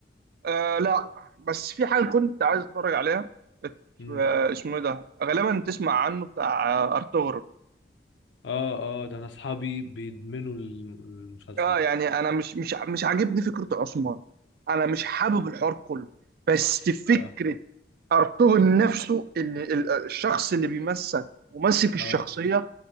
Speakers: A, on the right; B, on the left.
A: آه لا بس في حاجه كنت عايز اتفرج عليها ات-
B: امم
A: آه، اسمه ايه ده غالبا تسمع عنه بتاع ارطغرل
B: اه اه ده انا اصحابي بيدمنوا الم- المسلسل
A: اه
B: ده
A: يعني انا مش مش مش عاجبني فكره عثمان انا مش حابب الحوار كله بس فكره
B: اه
A: ارطغرل نفسه اللي ال- الشخص اللي بيمثل وماسك الشخصيه
B: اه